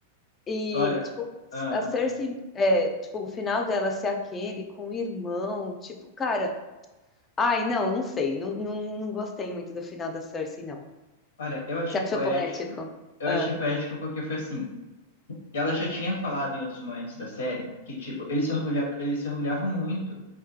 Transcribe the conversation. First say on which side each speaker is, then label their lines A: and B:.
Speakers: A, on the left; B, on the left.
A: E,
B: Olha,
A: tipo,
B: ah.
A: a Cersei, é, tipo, o final dela ser aquele com o irmão, tipo, cara. Ai, não, não sei. Não, não, não gostei muito do final da Cersei, não.
B: Olha, eu achei
A: Você achou
B: poético.
A: poético?
B: Eu
A: Ah,
B: achei poético porque foi assim. Ela já tinha falado em outros momentos da série que, tipo, eles se orgulha, eles se orgulhavam muito